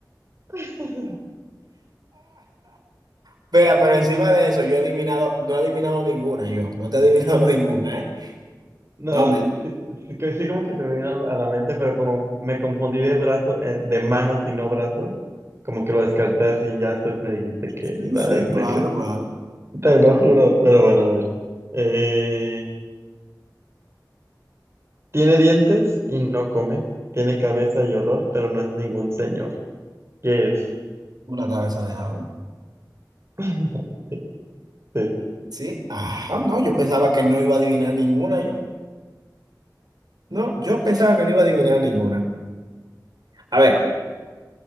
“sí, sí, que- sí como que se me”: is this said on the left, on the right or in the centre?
Right